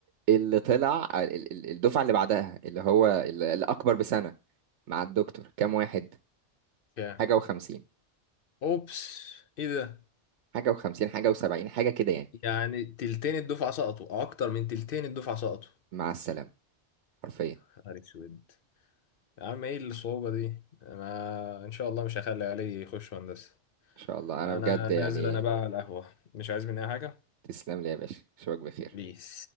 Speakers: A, on the right (about 75°); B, on the left (about 55°).
A: اللي طلع ال- ال- الدفعه اللي بعدها اللي هو ال- الاكبر بسنه مع الدكتور كام واحد
B: كام
A: حاجه و50
B: اوبس ايه ده
A: حاجه و50 حاجه و70 حاجه كده يعني
B: يعني تلتين الدفعه سقطوا او اكتر من تلتين الدفعه سقطوا
A: مع السلامه حرفيا
B: يا نهار اسود يا عم ايه الصعوبه دي انا ان شاء الله مش هخلي علي يخش هندسه
A: ان شاء الله انا
B: انا
A: بجد
B: نازل
A: يعني
B: انا بقى على القهوه مش عايز مني أي حاجه
A: تسلم لي يا باشا اشوفك بخير
B: بيس